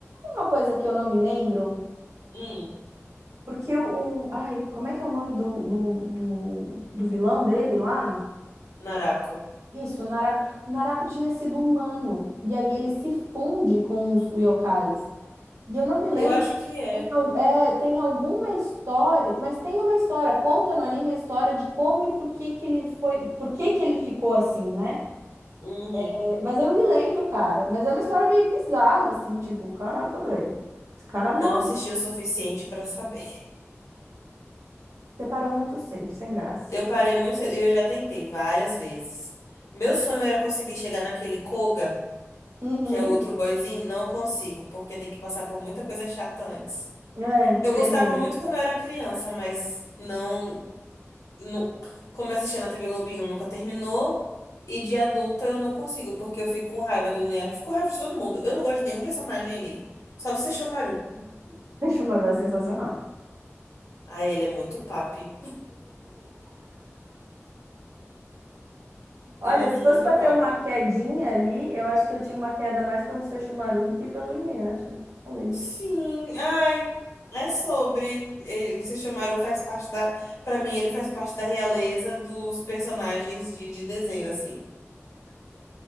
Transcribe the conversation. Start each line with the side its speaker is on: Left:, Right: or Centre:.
Right: Uma coisa que eu não me lembro
Left: Hum,
Right: Porque o. Ai, como é que é o nome do, do, do, do vilão dele lá?
Left: Narako.
Right: Isso, o Naraku. O Naraku tinha sido humano. E aí ele se funde com os yokais. E eu não me lembro,
Left: Eu acho que é.
Right: tem, al- é, tem alguma história, mas tem uma história, conta no anime a história de como e por que que ele foi, por que que ele ficou assim, né?
Left: Uhum.
Right: É, Mas eu não me lembro, cara. Mas é uma história meio bizarra, assim, tipo, caraca, velho. Esse cara
Left: Não
Right: mal,
Left: assisti o suficiente pra saber.
Right: separou muito cedo, sem graça.
Left: Eu parei muito cedo, eu já tentei várias vezes. Meu sonho era conseguir chegar naquele Koga,
Right: Uhum.
Left: que é o outro boyzinho, não consigo, porque tem que passar por muita coisa chata antes.
Right: É,
Left: Eu
Right: tem
Left: gostava
Right: mesmo.
Left: muito quando eu era criança, mas não, nu- como eu assistia na TV Globinho, nunca terminou. E de adulta eu não consigo, porque eu fico com raiva do Inuyasha, fico com raiva de todo mundo. Eu não gosto de nenhum personagem ali, só do Sesshomaru.
Right: <laughs> Shimaru é sensacional.
Left: Ah, ele é muito papi.
Right: Olha,
Left: Ele é muito
Right: se fosse para
Left: papi.
Right: ter uma quedinha ali, eu acho que eu tinha uma queda mais pelo Sesshomaru do que pelo Inuyasha. Falei.
Left: Sim, ai, é sobre. Ele, vocês chamaram, faz parte da. Pra mim, ele faz parte da realeza dos personagens de, de desenho, assim.